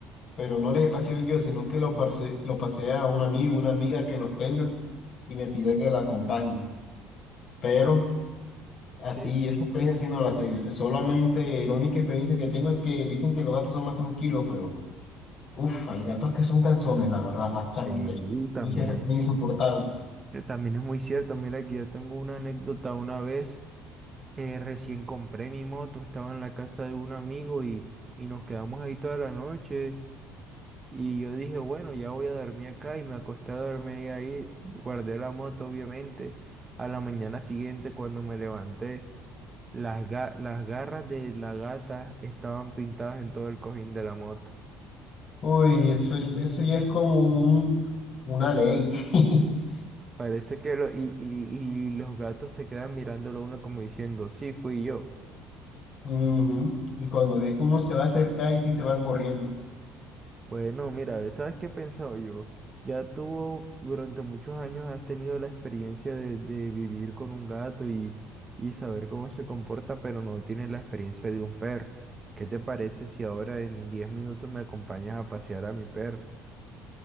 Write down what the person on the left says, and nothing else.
pero no les he paseado yo, sino que los pase, los pasea a un amigo, una amiga que los tenga y me pide que la acompañe. Pero
así,
esa experiencia sí no la sé. Solamente la única experiencia que tengo es que dicen que los gatos son más tranquilos, pero uff, hay gatos que son canzones, la verdad, bastante.
Y que se ponen insoportable. <laughs>
Uy, eso, eso ya es como un- una ley. <laughs>
Ujú. Y cuando ve que uno se va a acercar y sí se van corriendo.